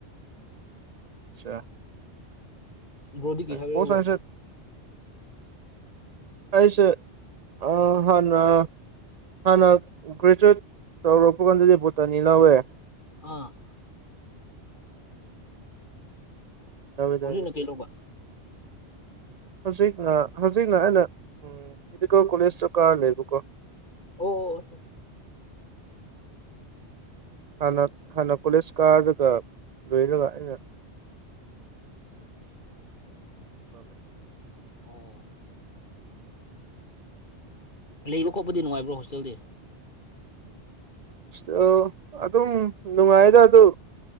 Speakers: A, on the right (about 60°); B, on the left (about 45°).
A: <unintelligible>
B: ꯕ꯭ꯔꫭꯗꯤ ꯀꯩ ꯁꯕꯖꯦꯛ
A: ꯄꯣꯜ
B: ꯂꯧꯒꯦ꯫
A: ꯁꯥꯏꯟꯁꯁꯦ ꯑꯩꯁꯦ ꯑꯥ ꯍꯥꯟꯅ ꯍꯥꯟꯅ ꯒ꯭ꯔꯦꯆꯨꯋꯦꯠ ꯇꯧꯔꯛꯄ ꯀꯥꯟꯗꯗꯤ ꯕꫭꯇꯥꯅꯤ ꯂꯧꯋꯦ꯫
B: ꯑꯥ꯫
A: ꯂꯧꯋꯦꯗ
B: ꯍꯧꯖꯤꯛꯅ
A: ꯑꯩꯗꯣ
B: ꯀꯩ ꯂꯧꯕ꯫
A: ꯍꯧꯖꯤꯛꯅ ꯍꯧꯖꯤꯛꯅ ꯑꯩꯅ ꯎ ꯃꯦꯗꯤꯀꯦꯜ ꯀꯣꯂꯦꯖꯗ ꯀꯥꯔ ꯂꯩꯕꯀꯣ꯫
B: ꯑꯣ ꯑꫭ꯫
A: ꯍꯥꯟꯅ ꯍꯥꯟꯅ ꯀꯣꯂꯦꯖ ꯀꯥꯔꯒ ꯂꯣꯏꯔꯒ ꯑꯩꯅ <inaudible>
B: ꯑꯣ꯫ ꯂꯩꯕ ꯈꯣꯠꯄꯗꯤ ꯅꯨꯡꯉꯥꯏꯕ꯭ꯔꯣ ꯍꯣꯁꯇꯦꯜꯗꯤ꯫
A: ꯁ꯭ꯇꯦꯜ ꯑꯗꯨꯝ ꯅꯨꯡꯉꯥꯏꯗ ꯑꯗꯨ